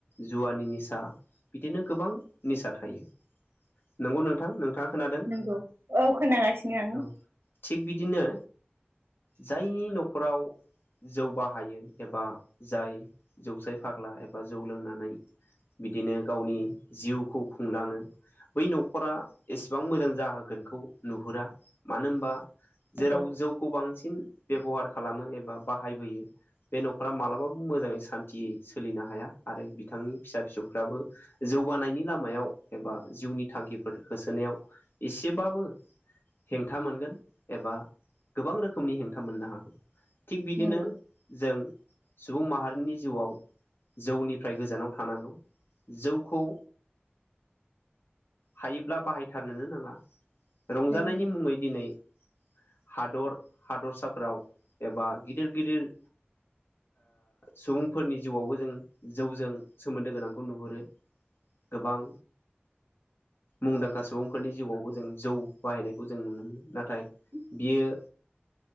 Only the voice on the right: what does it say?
नंगौ औ खोनागासिनो आं
नंगौ
नंगौ
नंगौ
<unintelligible>